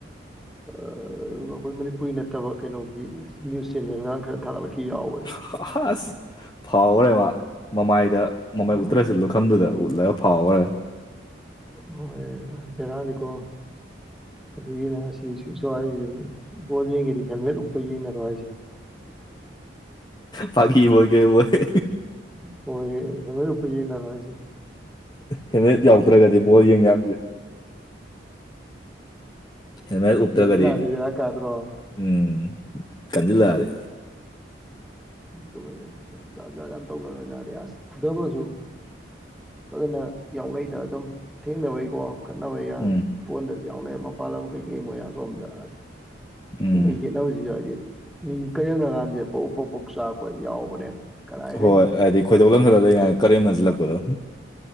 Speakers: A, in the centre; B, on the left.
A: ꯑꯩꯈꯣꯏ ꯃꯅꯤꯄꯨꯔꯤ ꯅꯠꯇꯕ ꯀꯩꯅꯣꯒꯤ ꯅ꯭ꯌꯨꯁ ꯆꯦꯅꯦꯜꯒꯥꯡ ꯈꯔ ꯊꯥꯒꯠꯂꯛꯈꯤ ꯌꯥꯎꯈꯔꯦ
B: ꯍꯁ ꯐꯥꯎꯈ꯭ꯔꯦ ꯃꯥ ꯃꯃꯥꯏꯗ ꯃꯃꯥꯏ
A: ꯑꯣ
B: ꯎꯠꯇ꯭ꯔꯁꯨ ꯂꯨꯈꯐꯝꯗꯨꯗ ꯎꯠꯂꯒ ꯐꯥꯎꯈ꯭ꯔꯦ
A: ꯍꯣꯏ ꯕꯦꯔꯥꯅꯤꯀꯣ ꯑꯗꯨꯒꯤꯅ ꯁꯤꯁꯨꯁꯨ ꯍꯥꯏꯈꯤꯕꯅꯤ ꯕꯣꯜ ꯌꯦꯡꯉꯗꯤ ꯍꯦꯜꯃꯦꯠ ꯎꯞꯄ ꯌꯦꯡꯅꯔꯣ ꯍꯥꯏꯁꯦ
B: ꯐꯥꯀꯤꯕꯨꯣꯏ ꯀ ꯑꯣꯏꯣꯏ
A: ꯍꯣꯏ ꯏ ꯔꯨꯄꯤ ꯃꯅꯁꯤ
B: ꯍꯅ ꯌꯥꯎꯗꯔꯒꯗꯤ ꯣ ꯌꯦꯡ ꯌꯥꯒꯦ ꯍꯦꯜꯃꯦꯠ ꯎꯞꯇ꯭ꯔꯒꯗꯤ
A: ꯌꯦꯡꯁꯤꯜꯂꯛꯑꯗꯤ ꯕꯦꯔꯥ ꯀꯥꯗ꯭ꯔꯣ
B: ꯎꯝ ꯀꯟꯁꯤꯜꯂꯛꯑꯗꯤ
A: ꯇꯖꯥꯠ ꯖꯥꯠ ꯌꯥꯝ ꯇꯧꯅꯔꯦ ꯖꯥꯠꯗꯤ ꯑꯁ ꯐꯨꯗꯕꯁꯨ ꯑꯗꯨꯖꯅ ꯌꯥꯎꯅꯩꯗ ꯑꯗꯨꯝ ꯊꯦꯡꯅꯕꯩꯀꯣ ꯈꯠꯅꯕꯩ
B: ꯎꯝ
A: ꯄꯣꯟꯗꯗꯤ ꯌꯥꯎꯅ ꯃꯄꯥꯟ ꯂꯝ ꯀꯩꯀꯩ ꯃꯣꯏꯌꯥ ꯁꯣꯝꯗꯥꯁ
B: ꯎꯝ
A: ꯁꯨꯝꯕ ꯌꯦꯠꯅꯕꯁꯤꯁꯨ ꯍꯥꯏꯗꯤ ꯃꯤ ꯀꯔꯤꯝꯗꯀꯥꯟꯁꯦ ꯄꯎ ꯄꯣꯛꯄꯣꯛ ꯆꯥꯛꯔꯄ ꯌꯥꯎꯕꯅꯦ ꯀꯗꯥꯏꯗꯩ
B: ꯍꯣꯏ ꯍꯥꯏꯗꯤ ꯈꯣꯏꯗꯧ ꯂꯝ ꯈꯔꯂ ꯂꯩꯉꯥꯏ ꯀꯔꯦꯝꯅꯁꯤꯜꯂꯛꯄꯗꯣ